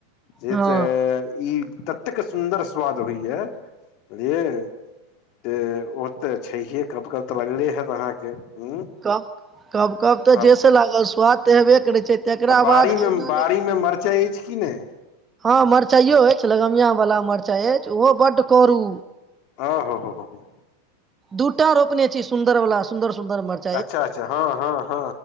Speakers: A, on the left; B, on the right.
A: जे
B: हँ
A: तऽ ई ततेक सुन्दर स्वाद होइया बुझलियै त ओ तऽ छैहे कब कब तऽ लगले हेत अहाँके हूँ
B: कब कब कब तऽ
A: आब
B: जेैस लागल स्वाद तऽ हेबे करै छै तकरा
A: आ बाड़ी
B: बाद अंगना
A: मे बाड़ी
B: लोक
A: मे मरचाइ अछि कि नहि
B: हँ मरचाइयो अछि लगमिय वला मरचाइ अछि ओहो बड्ड करू
A: अ ह ह ह ह
B: दू टा रोपने छी सुन्दर वाला सुन्दर सुंन्दर मर
A: अच्छा अच्छा हँ हँ हँ